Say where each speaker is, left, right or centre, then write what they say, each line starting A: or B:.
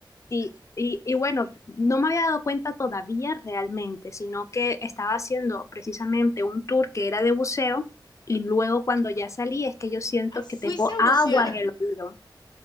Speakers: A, on the left; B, on the left.
A: Sí, y, y
B: Y,
A: bueno, no me había dado cuenta todavía realmente, sino que estaba haciendo precisamente un tour que era de buceo y luego cuando ya salí es que yo siento
B: ah, fuiste
A: que tengo
B: a
A: agua
B: bucear.
A: en el oído.